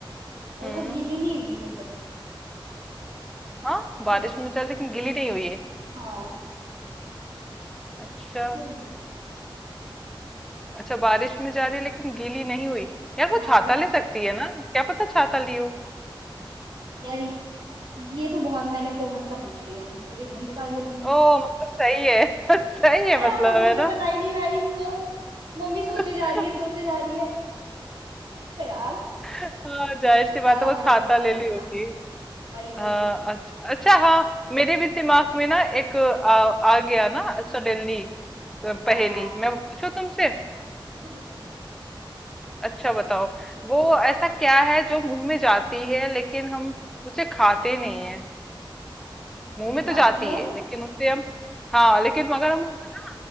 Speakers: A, on the right; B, in the centre.
A: और
B: हम्म
A: वो गीली नहीं हुई मतलब
B: हाँ
A: तब
B: बारिश में जा रही लेकिन गीली नहीं हुई है
A: हाँ
B: अच्छा
A: क्यों
B: अच्छा बारिश में जा रही है लेकिन गीली नहीं हुई यार वो
A: हाँ
B: छाता
A: ऐस-
B: ले सकती है ना क्या पता छाता लियो
A: यार ये तो बहुत मैंने कॉमन सा पूछ लिया ये तो एकदम बता दिया
B: ओ मतलब सही है <laughs> सही है
A: तुमने <laughs>
B: मतलब
A: मम्मी
B: है
A: तो बता
B: ना
A: ही नहीं भाई इसको मम्मी सोचे
B: <laughs>
A: जा रही है सोचे जा रही है अरे यार
B: हाँ
A: अब
B: जाहिर सी
A: ज्यादा
B: बात है वो
A: बड़ा
B: छाता
A: पूछना
B: ले
A: पड़ेगा
B: ली होगी
A: वही वही
B: हाँ अच्छ- अच्छा हाँ मेरे भी दिमाग में ना एक आ, आ गया ना सडनली पहेली
A: अच्छा हाँ
B: मैं पूछूं तुमसे
A: पूछो पूछो
B: अच्छा बताओ वो ऐसा क्या है जो मुंह में जाती है लेकिन हम उसे खाते नहीं है
A: मुंह
B: मुंह
A: में
B: में
A: जाती
B: तो जाती
A: है
B: है लेकिन उसे हम हाँ लेकिन मगर हम उसे